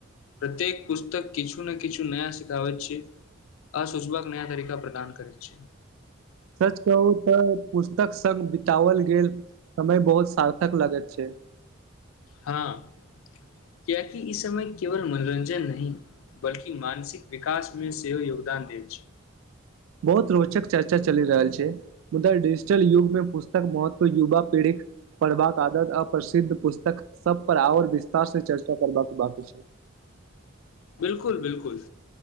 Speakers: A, on the left; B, on the right.
A: प्रत्येक पुस्तक किछु ने किछु नया सिखाबै छै आ सुूझबाकबाक नया तरीका प्रदान करैत छै।
B: सच कहू तऽ पुस्तक स्ग बितओल गेल समय बहुत सार्थक लगैत छै।
A: हँ, कियकि ई समय केवल मनोरञ्जन नहिी बल्कि मानसिक विकास मे सेहो योगदान देल छै।
B: बहुत रोचक चर्चा चलि रहल छै, मुदार डिजिटल युगमे पुस्तक महत्व, युवा पीढ़ीके पढ़बाक आदत, अपसिद्ध पुस्तक सब पर आओर विस्तार से चर्चा करबाक बाकी छै।
A: बिल्कुल, बिल्कुल,